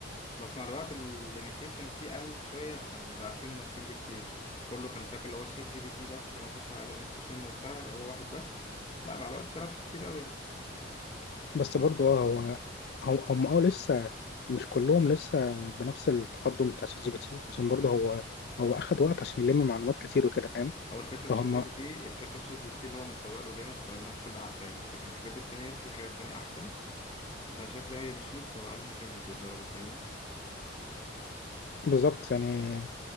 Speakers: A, on the left; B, on the left.
A: بس مع الوقت الليميتيشن فيه قلت شويه عشان بقى فيه منافسين ليه كتير كله كان فاكر اللي هو شات جي بي تي بس ما فيش حاجه ما فيش منه وبتاع هو واحد بس لا مع الوقت طلع فيه كتير قوي يعني
B: بس
A: هو
B: برضو اه هو هو- هم اه لسه مش كلهم لسه بنفس التقدم بتاع شات جي بي تي عشان برضه هو هو اخد وقت عشان يلم معلومات كتير وكده فاهم
A: هو الفكره
B: فهم
A: في شات جي بي تي الفكره في شات جي بي تي اللي هو متسوق له جامد فالناس كلها عارفاه لكن الحاجات التانيه في حاجات تانيه احسن بس انا شايف ان هي مش متسوق لها جامد للدرجه فاهمني
B: بالظبط يعني